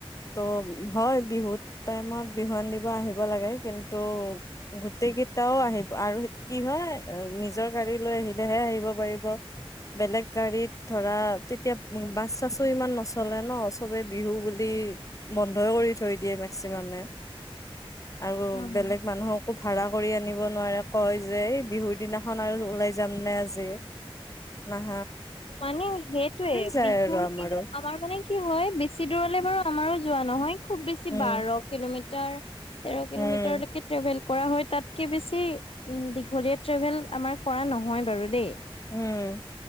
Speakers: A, on the left; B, on the left.
A: ত' হয়, বিহুত টাইমত বিহুৱান দিব আহিব লাগে কিন্তু, গোটেই কেইটাও আহিব আৰু কি হয় নিজ নিজৰ গাড়ী লৈ আহিলেহে আহিব পাৰিব বেলেগ গাড়ীত ধৰা তেতিয়া বাছ চাছো ইমান নচলে ন' চবে বিহু বুলি বন্ধই কৰি থৈ দিয়ে মেক্সিমামে। আৰু
B: অ
A: বেলেগ মানুহক কো ভাড়া কৰি আনিব নোৱাৰে কয় যে বিহুৰ দিনা ন 'আৰু ওলাই যাম নে আজি নাহ
B: মানে সেইটোয়ে
A: যায়
B: বিহুৰ
A: আৰু আমাৰো
B: কেইদিন আমাৰ মানে কি হয় বেছি দূৰলে বাৰু আমাৰো যোৱা নহয়। খুব বেছি
A: উম
B: বাৰ কিলোমিটাৰ তাৰ তেৰ কিলোমিটৰ
A: উম
B: লৈকে টেভেল কৰা হয় তাতকে বেছি উম দীঘলীয়া ট্ৰেভেল আমাৰ কৰা নহয় বাৰু দেই।
A: উম